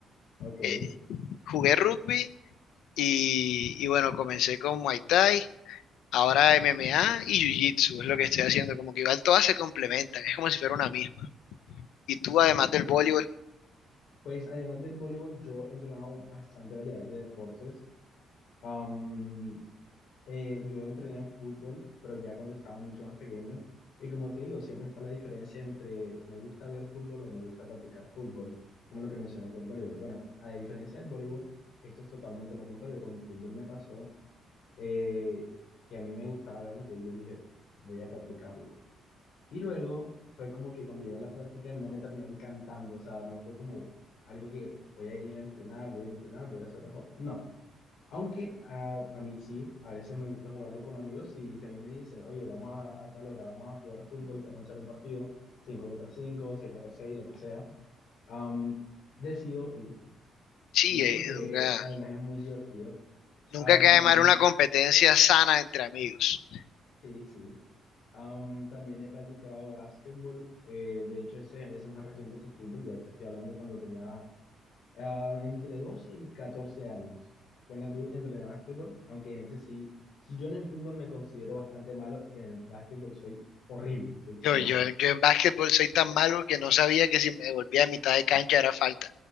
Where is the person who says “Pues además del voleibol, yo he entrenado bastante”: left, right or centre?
Left